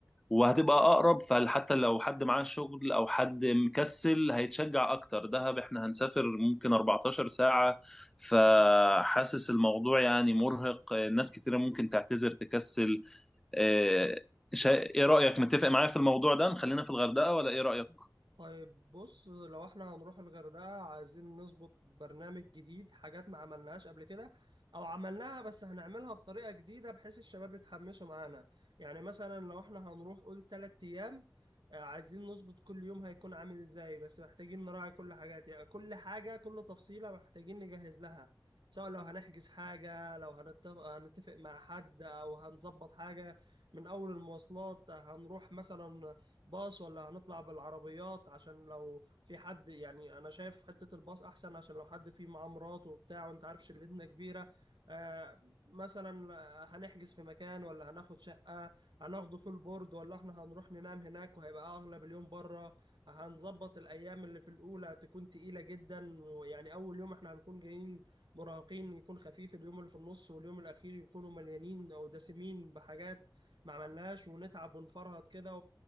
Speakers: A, in the centre; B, on the right.
A: وهتبقى اقرب فحتى لو حد معاه شغل او حد مكسل هيتشجع اكتر دهب احنا هنسافر ممكن 14 ساعة فحاسس الموضوع يعني مرهق ناس كتيرة ممكن تعتذر تكسل آه، شا- ايه رأيك متفق معايا في الموضوع ده نخلينا في الغردقة ولا ايه رأيك
B: طيب بص لو احنا هنروح الغردقة عايزين نظبط برنامج جديد حاجات ما عملناهاش قبل كده او عملناها بس هنعملها بطريقة جديدة بحيث الشباب يتحمسوا معانا يعني مثلا لو احنا هنروح قول تلات ايام آه، عايزين نظبط كل يوم هيكون عامل ازاي بس محتاجين نراعي كل حاجات يعني كل حاجة كل تفصيلة محتاجين نجهز لها سواء لو هنحجز حاجة لو هنتفق هنتفق مع حد او هنظبط حاجة من اول المواصلات هنروح مثلا باص ولا هنطلع بالعربيات عشان لو في حد يعني انا شايف حتة الباص احسن عشان لو حد فيه معاه مراته وبتاع وانت عارف شلتنا كبيرة آه مثلا آه، هنحجز في مكان ولا هناخد شقة هناخده في البورد ولا احنا هنروح ننام هناك وهيبقى اغلب اليوم بره هنظبط الايام اللي في الاولى هتكون تقيلة جدا ويعني اول يوم احنا هنكون جايين مراهقين يكون خفيف اليوم اللي في النص واليوم الاخير يكونوا مليانين او دسمين بحاجات ما عملناش ونتعب ونفرهد كده